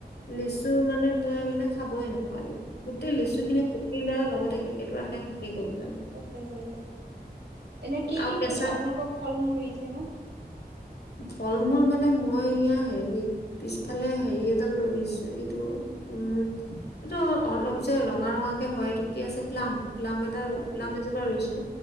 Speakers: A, on the left; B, on the right.
A: লিচু মানে তই মানে খাবই নাপালি তে লেচু খিনি পকিলে লগতে কেকিটো আশা শেষি গল
B: শেষ কৰিলে এনে কি
A: আৰু
B: কি
A: কেঁচা
B: ফুল আপোনালোকৰ ফল মূল ৰুইছে ন <inaudible>
A: ফল মূল মানে মই ইয়া হেৰি পিছফালে হেৰি এডাল ৰুইছো এইটো উম এইটো অলপ যে ৰঙা ৰঙাকে হয় এইটো কি আছে ক্লাম ক্লাম এটা
B: অ
A: ক্লাম এজোপা ৰুইছো